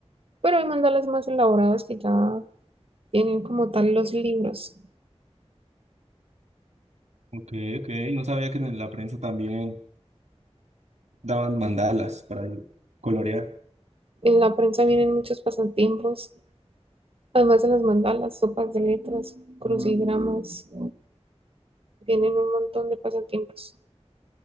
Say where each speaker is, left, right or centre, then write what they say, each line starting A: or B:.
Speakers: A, on the right (about 55°); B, on the right (about 90°).
A: Pero hay mandalas más elaborados que ya vienen como tal los libros.
B: Ok, ok. No sabía que en la prensa también. daban mandalas para colorear.
A: En la prensa vienen muchos pasatiempos, además de las mandalas, sopas de letras, crucigramas, vienen un montón de pasatiempos.